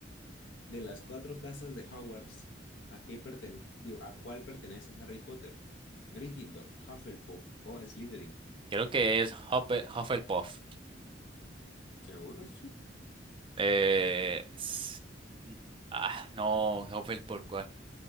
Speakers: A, on the left (about 75°); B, on the right (about 30°).
A: de las cuatro casas de Hogwarts, ¿a qué perten- digo, a cuál pertenece Harry Potter? Gryffindor, Hufflepuff o Slytherin.
B: Creo que es Huffle- Hufflepuff.
A: ¿Seguro, socio?
B: Eh... s- Ah, no, Hufflepuff, ¿cuál?